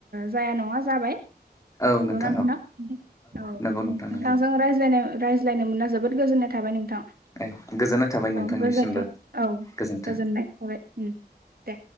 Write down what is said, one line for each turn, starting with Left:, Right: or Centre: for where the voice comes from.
Right: जाया नङा जाबाय
Left: औ
Right: नंगौना नोंथां
Left: औ
Right: औ
Left: नंगौ नोंथां
Right: नोंथांजों
Left: नंगौ
Right: रायज्लायनो मोनना जोबोद गोजोननाय थाबाय नोंथां
Left: औ गोजोननाय थाबाय नोंथांनिसिमबो
Right: औ गोजोनथों औ
Left: गोजोन्थों
Right: गोजोननाय थाबाय दे